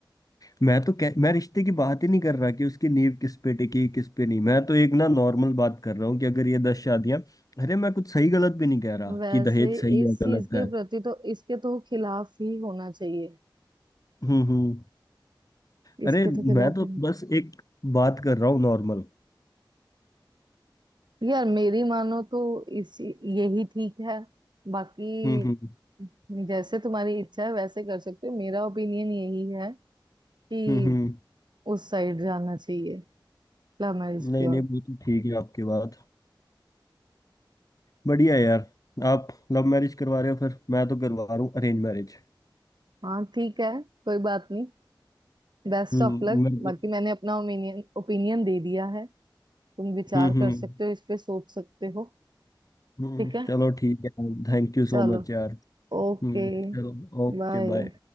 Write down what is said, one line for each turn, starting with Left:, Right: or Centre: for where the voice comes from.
Left: मैं तो कह, मैं रिश्ते की बात ही नहीं कर रहा कि उसकी नींव किस पे टिकी किस पे नहीं मैं तो एक ना नॉर्मल बात कर रहा हूँ कि अगर ये दस शादियां अरे मैं कुछ सही गलत भी नहीं कह रहा
Right: वैसे
Left: कि दहेज सही
Right: इस
Left: है
Right: चीज
Left: गलत है
Right: के प्रति तो इसके तो खिलाफ ही होना चाहिए
Left: हम्म हम्म अरे
Right: इसके तो खिलाफ
Left: मैं तो
Right: ही नहीं।
Left: बस एक बात कर रहा हूँ नॉर्मल
Right: यार मेरी मानो तो इस यही ठीक है बाकी
Left: हम्म हम्म
Right: जैसे तुम्हारी इच्छा है वैसे कर सकते हो मेरा ओपिनियन यही है कि
Left: हम्म हम्म
Right: उस साइड जाना चाहिए लव मैरिज
Left: नहीं
Right: की
Left: नहीं
Right: ओर
Left: वो तो ठीक है आपकी बात बढ़िया है यार आप लव मैरिज करवा रहे हो फिर मैं तो करवा रहा हूँ अरेंज मैरिज
Right: हाँ ठीक है कोई बात नहीं बेस्ट
Left: हम्म
Right: ऑफ लक
Left: मेरे
Right: बाकी
Left: को
Right: मैंने अपना ओपिनियन ओपिनियन दे दिया है तुम विचार
Left: हम्म हम्म
Right: कर सकते हो इस पे सोच सकते हो
Left: हम्म,
Right: ठीक है
Left: चलो ठीक है थैंक यू सो
Right: चलो
Left: मच यार
Right: Okay
Left: हम्म चलो ओके
Right: bye
Left: बाय